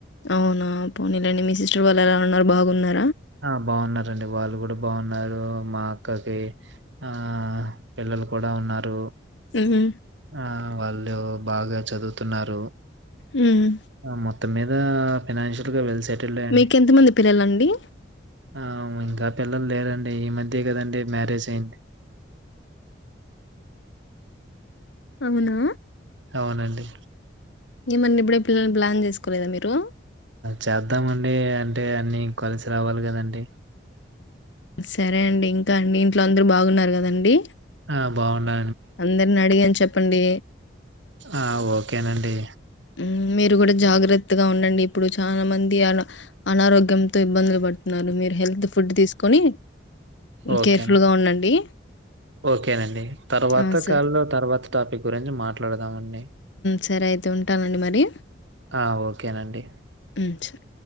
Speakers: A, on the left; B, on the right.
A: అవునా పోనీలెండి మీ సిస్టర్ వాళ్ళలా ఉన్నారు బాగున్నా
B: ఆ బాగున్నారండి వాళ్ళు కూడా బాగున్నారు మా అక్కకి ఆ పిల్లలు కూడా ఉన్నారు
A: ఉమ్
B: ఆ వాళ్ళు బాగా చదువుత న్నారు
A: హ్మ్.
B: అ మొ త్తం మీద ఫైనాన్షియల్ గా వెల్ సెటిల్డే అండి.
A: మీకు ఎంతమంది పిల్లలండి
B: ఆ ఇంకా పిల్లలు లేరండి ఈ మధ్య నండి మ్యారేజ్ అయింది
A: అవునా
B: అవునండి
A: ఏమండి ఇప్పుడే పిల్లల్ని ప్లాన్ చేసుకోలేదా మీరు
B: చేద్దామండి అంటే అన్నీ కలిసి రావాలి కదండి
A: సరే అండి ఇంకా అండి ఇంట్లో అందరు బాగున్నారు కదండి
B: ఆ బాగున్నా
A: అందరిని అడిగాని చెప్పండి
B: ఆ! ఓకేనండి.
A: మ్.. మీరు కూడా జాగ్రత్తగా ఉండండి చాలా మంది అ అనారోగ్యంతో ఇబ్బందులు పడుతున్నారు మీరు హెల్త్ ఫుడ్ తీసుకొని
B: ఓకేను.
A: కేర్ఫుల్ గా ఉండండి
B: ఓకేనండి తర్వాత
A: ఆ! స
B: కాల్ లో తర్వాత టాపిక్ గురించి మాట్లాడదామండి
A: సరే అయితే ఉంటానండి మరి.
B: ఆ! ఓకేనండి.
A: మ్ సరె